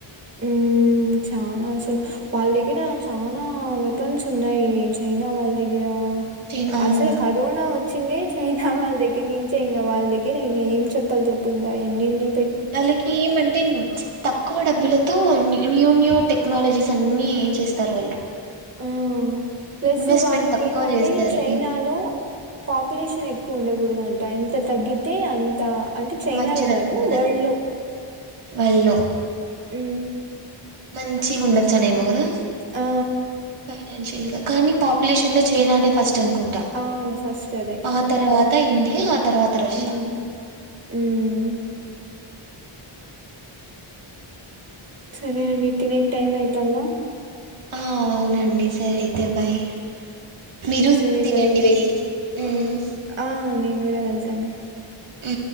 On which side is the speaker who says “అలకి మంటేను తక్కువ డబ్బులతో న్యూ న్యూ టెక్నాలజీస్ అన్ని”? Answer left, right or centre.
Right